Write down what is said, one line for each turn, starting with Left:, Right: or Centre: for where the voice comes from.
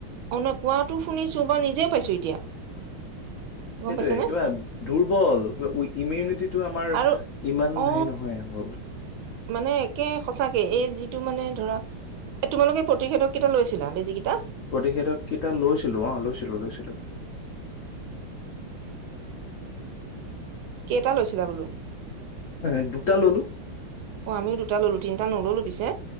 Right: অ ন কোৱাটো শুনিছো বা নিজে পাইছো এতিয়া গম
Left: সেইটোয়ে
Right: পাইছানে
Left: কিবা দুৰ্বল কিবা উ ইমিউনিটি টো আমাৰ
Right: আৰু
Left: ইমান
Right: অ
Left: হেৰি নহয় হ'ল
Right: মানে একে সঁচাকে এই যিটো মানে ধৰা এ তোমালোকে প্ৰতিষেধক কেইটা লৈছিলা বেজি কেইটা
Left: প্ৰতিষেধক কেইটা লৈছিলো অ লৈছিলো লৈছিলো।
Right: কেইটা লৈছিলা বোলো
Left: হে দুটা ললো
Right: অ আমিও দুটা ললো তিনিটা নললো পিছে